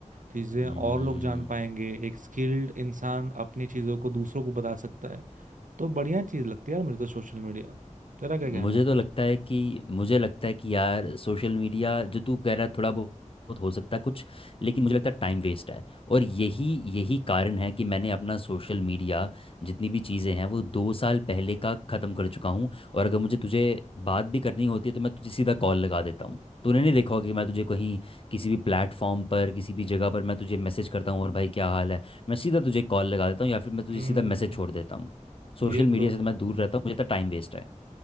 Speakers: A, on the right; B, on the left.
A: चीज़ें
B: हम्म
A: और लोग जान पाएंगे एक स्किल्ड इंसान अपनी चीज़ों को दूसरों को बता सकता है तो बढ़िया चीज़ लगती है यार मुझे तो सोशल मीडिया तेरा क्या कहना
B: मुझे
A: है
B: तो लगता है कि मुझे लगता है कि यार सोशल मीडिया जो तू कह रहा है थोड़ा बहुत बहुत हो सकता है कुछ लेकिन मुझे लगता है टाइम वेस्ट है और यही यही कारण है कि मैंने अपना सोशल मीडिया जितनी भी चीज़ें हैं वो दो साल पहले का ख़त्म कर चुका हूँ और अगर मुझे तुझे बात भी करनी होती है तो मैं तुझे सीधा कॉल लगा देता हूँ तूने नहीं देखा होगा कि मैं तुझे कहीं किसी भी प्लेटफॉर्म पर किसी भी जगह पर मैं तुझे मैसेज करता हूँ और भाई क्या हाल है मैं सीधा तुझे कॉल लगा देता हूँ या फिर मैं तुझे
A: हम्म
B: सीधा मैसेज छोड़ देता हूँ सोशल
A: ये तो
B: मीडिया से
A: है
B: तो मैं दूर रहता हूँ मुझे तो टाइम वेस्ट है